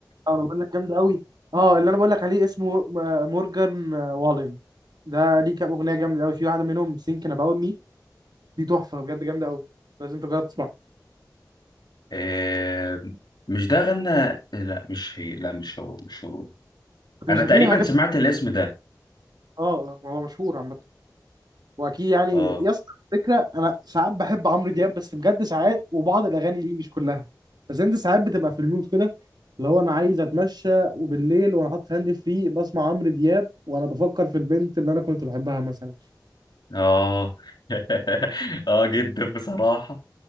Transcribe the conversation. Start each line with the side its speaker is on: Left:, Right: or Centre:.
Right: اه انا بقول لك جامد قوي اه اللي انا بقول لك عليه اسمه م- مورجان آه، والين ده ليه كام اغنيه جامده قوي في واحده منهم سينكن اباوت مي دي تحفه بجد جامده قوي لازم تجرب تسمعها
Left: <laughs> آه مش ده غنى لا مش هي لا مش هو مش هو
Right: بس مش
Left: انا
Right: هتلاقيه
Left: تقريبا
Right: حاجات
Left: سمعت الاسم ده
Right: اه آه، هو مشهور عامه واكيد يعني
Left: اه
Right: يا اسطى فكره انا ساعات بحب عمرو دياب بس بجد ساعات وبعض الاغاني ليه مش كلها بس انت ساعات بتبقى في المود كده اللي هو انا عايز اتمشى وبالليل وانا حاطط هاند فري بسمع عمرو دياب وانا بفكر في البنت اللي انا كنت بحبها مثلا
Left: اه <laughs> اه جدا بصراحة